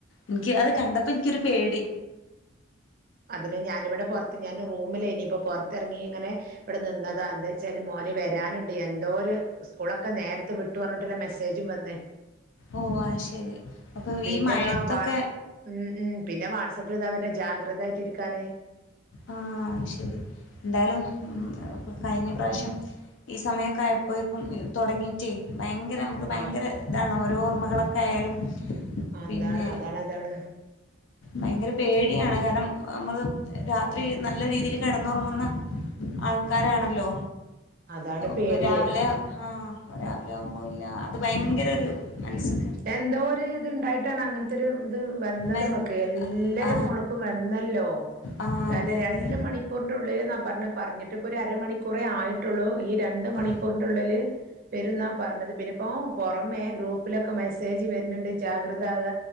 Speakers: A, on the left; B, on the right.
A: ഇൻക്ക് അത് കണ്ടപ്പോ ഇൻക്കൊരു പേടി
B: അതിന് ഞാനിവിടെ പൊർത്ത് ഞാന് റൂമിലേനി പ്പൊ ഞാന് പൊർത്തെർങ്ങി ഇങ്ങനെ ഇവടെ നിന്നതാ എന്തേച്ച് <unintelligible> മോന് വരാനുണ്ട് എന്തോര് സ്കൂളൊക്കെ നേരത്തെ വിട്ടു പറഞ്ഞിട്ട് മെസ്സേജും വന്ന്
A: ഓഹ് അഹ് ശരി അപ്പൊ
B: പിന്നെതാ
A: ഈ മഴത്തൊക്കെ
B: വാട്സ് ഉം ഉം പിന്നെ വാട്സആപ്പിൽ ഇതാ വര്ണ് ജാഗ്രതായിട്ടിരിക്കാന്
A: ആഹ് അഹ് ശരി ന്തായാലും ഉം കഴിഞ്ഞ പ്രാവശ്യം ഈ സമയൊക്കെ ആയപ്പയേക്കും തൊടങ്ങീറ്റെ ഭയങ്കര അപ്പം നമുക്ക് ഭയങ്കര
B: ആഹ്
A: ഇതാണ് ഓരോ ഓർമ്മകളൊക്കെയാലും
B: അതാണ്
A: പിന്നെ
B: അതാണ് അതാണ്
A: ഭയങ്കര പേടിയാണ് കാരണം നമ്മള് ത്തിരി നല്ല രീതില് കെടന്നറങ്ങുന്ന ആൾക്കാരാണല്ലോ
B: അതാണ് പേടിയേ
A: പ്പൊ രാവിലെ ആഹ് രാവിലെ ആവുമ്പോ ഇല്ല അത് ഭയങ്കര ഭങ്കയര ഒരു മനസ്സ്
B: എന്തോര് ഇത്ണ്ടായിട്ടാണ് അങ്ങനെ ത്തൊരു ഇത് വന്നത്
A: മെ-
B: നമുക്ക് എല്ലരെ
A: ആ
B: ഫോണ്ക്കും വന്നല്ലോ
A: ആ
B: കാരണം
A: അതെ
B: രണ്ട്
A: അതെ
B: മണി ക്കൂറിന്റെള്ളില്ന്നാ പർഞത് പറഞ്ഞിട്ട് ഇപ്പൊ ഒര് അര മണിക്കൂറെ ആയിട്ടുള്ളൂ ഈ രണ്ട്
A: ആ
B: മണിക്കൂർ ന്റെ ഉള്ളില് വെരുംന്നാ പറഞ്ഞത് പിന്നെപ്പോ പൊറമേ ഗ്രൂപ്പിലൊക്കെ മെസ്സേജ് വരുന്നുണ്ട് ജാഗ്രത ആക